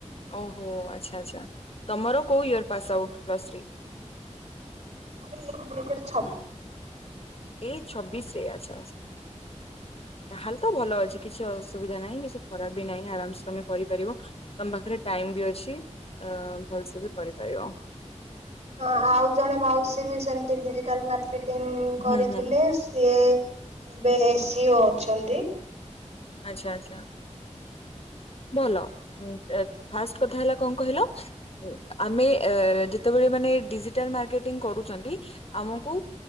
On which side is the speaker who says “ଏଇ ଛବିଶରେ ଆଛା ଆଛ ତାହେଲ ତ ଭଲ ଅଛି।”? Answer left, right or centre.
Left